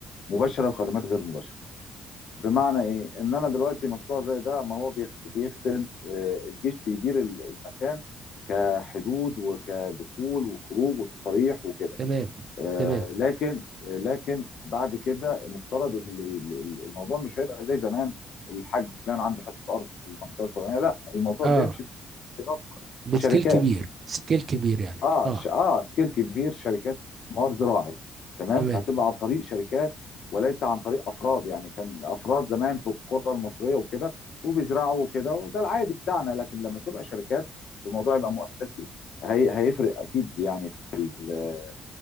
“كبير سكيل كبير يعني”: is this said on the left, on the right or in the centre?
Right